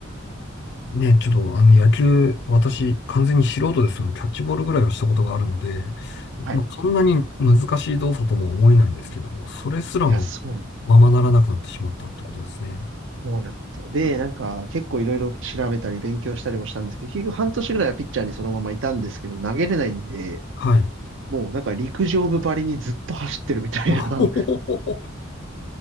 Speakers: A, on the left (about 55°); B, on the right (about 65°).
A: ね、ちょっとあの野球、私、完全に素人ですけども、キャッチボールぐらいはしたことがあるので、まあ、
B: はい。
A: そんなに難しい動作とも思えないんですけども、それすらも
B: いや、そうなん
A: ままならなくなってしまったってことですね。
B: そうなんですよ。で、なんか、結構いろいろ調べたり勉強したりもしたんですけど、結局半年ぐらいはピッチャーにそのままいたんですけど、投げれないんで、
A: はい。
B: もうなんか陸上部ばりにずっと走ってるみたいな
A: <laughs>
B: <laughs>